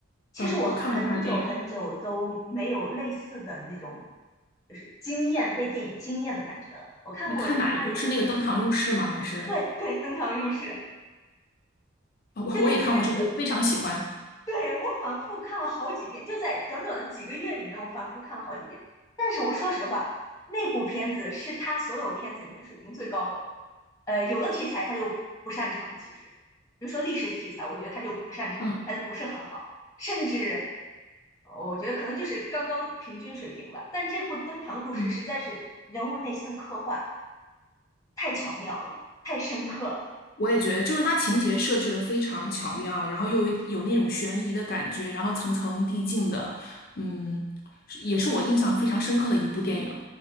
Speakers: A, on the left (about 15°); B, on the left (about 45°).
A: 其实我很久很久都没有类似的那种，
B: 嗯，我看过他的电影。
A: 就是惊艳被电影惊艳的感觉了。我看过他的一个片子，
B: 你看哪一部？是那个《登堂入室》吗？还是
A: 对对，《登堂入室》
B: 哦我我也看过这部，
A: 就那个片子，
B: 我非常喜欢。
A: 对我反复看了好几遍，就在短短的几个月里面，我反复看了好几遍。但是我说实话，那部片子是他所有片子里面水平最高的。呃，有的题材他就不擅长，其实，比如说历史题材，我觉得他就不擅长，
B: 嗯
A: 拍的不是很好，甚至呃我觉得可能就是刚刚平均水平吧。但这部《登堂入室》实在是人物内心的刻画
B: 嗯，
A: 太巧妙了，太深刻了。
B: 我也觉得，就是它情节设置的非常巧妙，然后又有有那种悬疑的感觉，然后层层递进的，嗯，是也是我印象非常深刻的一部电影儿。